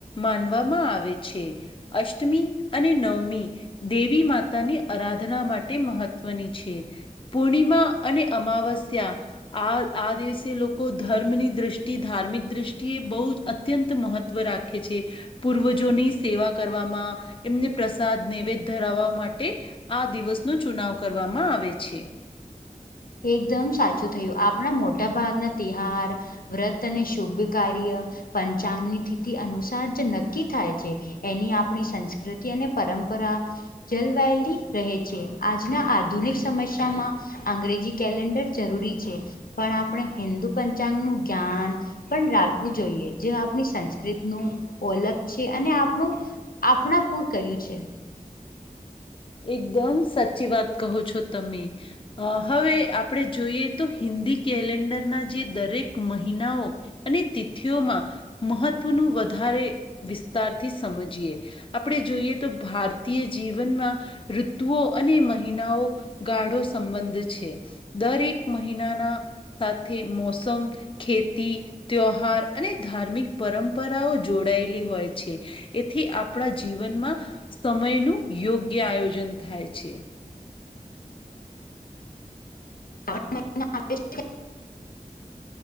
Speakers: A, on the left; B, on the left.
A: માનવામાં આવે છે અષ્ટમી અને નવમી દેવી માતાની આરાધના માટે મહત્વની છે. પૂર્ણિમા અને અમાવસ્યા આ આ દિવસે લોકો ધર્મની દ્રષ્ટિ ધાર્મિક દ્રષ્ટિ બહુ જ અત અત્યંત મહત્ત્વ રાખે છે. પૂર્વજોની સેવા કરવામાં એમને પ્રસાદ નૈવેદ્ય ધરાવવા માટે આ દિવસ નો ચુનાવ કરવામાં આવે છે.
B: એકદમ સાચું થયું આપણા મોટા ભાગના તિહાર વ્રત અને <unintelligible> કાર્ય પંચાંગની થીથી અનુસાર જ નક્કી થાય છે. એની આપણી સંસ્કૃતિ અને પરંપરા જલવાયેલી રહે છે આજના આધુનિક સમસ્યામાં અંગ્રેજી કેલેન્ડર જરૂરી છે પણ આપણે હિન્દુ પંચાંગનું જ્ઞાન પણ રાખવું જોઈએ જે આપણી સંસ્કૃતનું ઓલખ છે અને આપણું આપણા પુર કર્યું છે.
A: એકદમ સાચી વાત કહો છો તમે અ હવે આપણે જોઈએ તો હિન્દી કેલેન્ડરના જે દરેક મહિનાઓ અને તિથિઓમાં મહત્વનું વધારે વિસ્તારથી સમજીએ. આપણે જોઈએ તો ભારતીય જીવનમાં ઋતુઓ અને મહિનાઓ ગાઢો સંબંધ છે દરેક મહિનાના સાથે મોસમ ખેતી ત્યોહાર અને ધાર્મિક પરંપરાઓ જોડાયેલી હોય છે. એથી આપણા જીવનમાં સમયનું યોગ્ય આયોજન થાય છે.
B: <unintelligible>